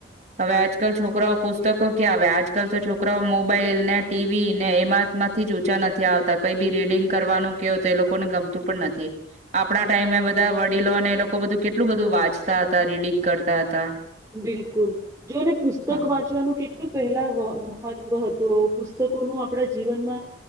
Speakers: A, on the right; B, on the right.
A: હવે આજકાલ છોકરાઓ પુસ્તકો ક્યા આવે આજકાલ તો છોકરાઓ મોબાઈલ ને ટીવી ને એમાં માંથી જ ઊંચા નથી આવતા કઈ બી રીડિંગ કરવાનું કેહો તો એ લોકોને ગમતું પણ નથી, આપણા ટાઈમે બધા વડીલોને એ લોકો બધું કેટલું બધું વાંચ હતા રીડિંગ કરતા હતા.
B: બિલકુલ, જો એને પુસ્તક
A: હા
B: વાંચવાનું કેટ પહેલા મહત્વ હતું પુસ્તકોનું આપણા જીવનમાં,